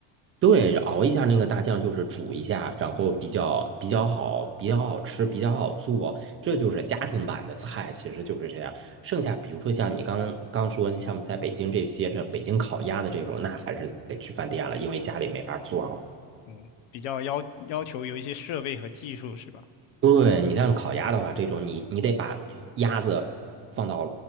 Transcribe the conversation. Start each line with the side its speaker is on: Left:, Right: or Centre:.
Right: 对，熬一下那个大酱，就是煮一下，然后比较比较好，比较好吃，比较好做，这就是家庭版的菜，其实就是这样。剩下比如说像你刚刚说，像在北京这些这北京烤鸭的这种，那还是得去饭店了，因为家里没法做了。
Left: 嗯，比较要要求有一些设备和技术是吧？
Right: 对，你像烤鸭的话，这种你你得把鸭子放到